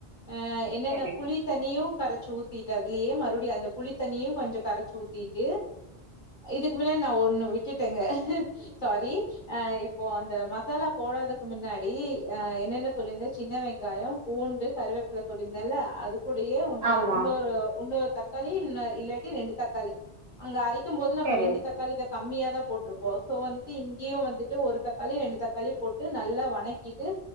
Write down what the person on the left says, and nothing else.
ஆ என்னன
புளி தண்ணியு கரச்சு ஊத்திட்டு அதுலியே மறுபடி அந்த புளி தண்யு கொஞ்ஜ கரச்சி ஊத்திட்டு இதுக்கு முன்னாடி நா ஒண்ணு விட் ட்டுட்டங்க சாரி ஆ போஆன் ந்த மசாலா போடாத க்கு முன்னாடி அ என்னென்ன சொல்லிருந்தே சின்ன வெங் ங்காயோ பூண்டு கருவேப்பில சொல்லிருந்தேன்ல அதுக் கூடியே உன்ன
உன்னொரு உன்னொர் தக்காளி ல்னா இல்லாட்டி ரெண்டு தக்காளி அங்க அரைக் ம்போது நம்ம
ரெண்டு தக்காளி தாங் கம்மியா தா போட்ருப்போ சோ வந்துட்டு இங்கேயு வந்துட்டு ஒரு தக்காளி ரெண்டு தக்காளி போட்டு டு நல்லா வணக்கிட்டு